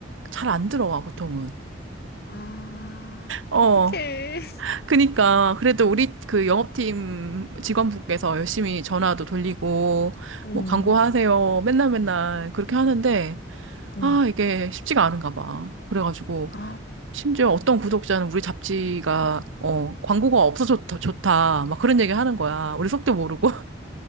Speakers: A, on the right; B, on the left.
A: 잘 안 들어와, 보통은.
B: 아,
A: 어.
B: 어떡해. <laughs>
A: 그니까 그래도 우리 그 영업팀 직원분께서 열심히 전화도 돌리고
B: 음,
A: 뭐 광고하세요 맨날 맨날 그렇게 하는데
B: 음.
A: 아 이게 쉽지가 않은가 봐 그래가지고
B: 아,
A: 심지어 어떤 구독자는 우리 잡지가
B: 음,
A: 어 광고가 없어 좋다 좋다 막 그런 얘기 하는 거야 우리 속도 모르고